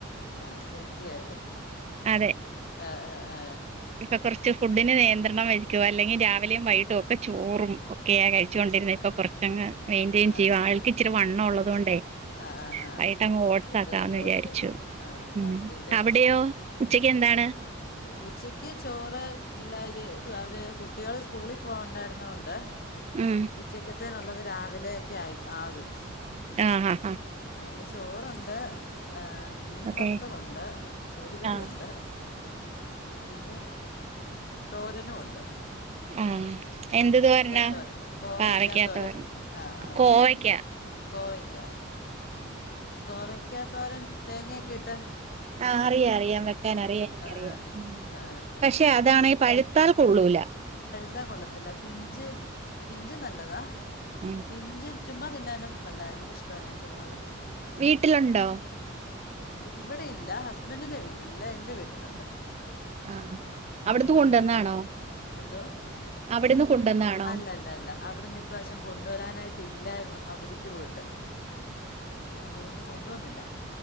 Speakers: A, on the left; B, on the right.
A: ആ ഒരുത്തി- <inaudible>
B: അതെ
A: അ അ അ
B: ഇപ്പൊ കെർച്ച് ഫുഡിന് നിയന്ത്രണം വെ കുവെല്ലെങ്കിൽ രാവിലേം വൈകിട്ടും ഒക്കെ ചോറും ഒക്കെയെ കഴിച്ചോണ്ടിരുന്നെ ഇപ്പൊ കൊറച്ച് ചെങ്ങ മെയിന്റെയ്ൻ
A: ആ
B: ചെയ്യുവാ
A: ശരി
B: ആൾക്ക് ഇച്ചിരി വണ്ണള്ളതോണ്ട്
A: ആ ആ ആ
B: വെയിട്ടങ്ങ് ഓട്സ്
A: ഫുഡ്
B: ആക്കാന്ന്
A: കണ്ട്രോൾ
B: വിചാരിച്ചു
A: ചെയ്യും ആ
B: ഉമ്
A: രാത്രിയിൽ
B: അവിടെയോ ഉച്ചക്ക് എന്താണ്
A: ഉച്ചക്ക് ചോറ് പിള്ളേർ ക്ക് അവർ കുട്ടികൾ സ്കൂളിൽ പോണ്ഡേര് ന്നോണ്ട്
B: ഉം
A: ഉച്ചക്കെ ത്ത്നുള്ളത് രാ വലെയെക്കെ ആയി ആകും
B: അ അ ഹ
A: ത് ചോറുണ്ട് ഹ് ഹെ മീൻ
B: ഓക്കെ
A: വറുത്തതൊണ്ട് മോരുകറിയുണ്ട്
B: ആഹ്
A: പിന്നെ തോരനുണ്ട്
B: ആ എന്തു തോരനാ
A: തോരൻ കോവയ്ക്കാ
B: പാവക്കാ തോരൻ
A: ആ ആ
B: കോവയ്ക്കാ
A: കോവയ്ക്ക കോവ യ്ക്കാത്തോരൻ തേങ്ങയ് ക്കിട്ടാ
B: ആ അറിയാം അറിയാം വെക്കാൻ അറിയാം എനിക്കറിയാം
A: ആ ആ
B: പക്ഷെ അതാണെ പഴുത്താൽ കൊള്ളൂല
A: ഇ കൊള്ളത്തില്ല പിഞ്ച് പിഞ്ച് നല്ലതാ
B: ഉം
A: പിഞ്ച് ചുമ്മാ തിന്നാനും നല്ല എനിക്കിഷ്ടമാണ് ഞാൻ ചുമ്മാതിന്നും
B: വീട്ടിലുണ്ടോ
A: ഇവിടെയില്ല ഹസ്ബൻന്റിന്റെ വീട്ടിലില്ല എന്റെ വീട്ടിലുണ്ട്
B: ആഹ് അവിടുന്ന്
A: ഉ
B: കൊണ്ടുവന്നാണോ
A: അവിടെ വെച്ച് എന്തോ
B: അവിടുന്ന് കൊണ്ടുവന്നാണോ
A: അല്ല അല്ല അല്ല അവിടെന്ന് ഇപ്രാവശ്യം കൊണ്ടുവരാനായിട്ട് ഇല്ലായിരുന്നു അവധി പോയിട്ട് അതുകൊണ്ട് കൊണ്ടുവന്നില്ല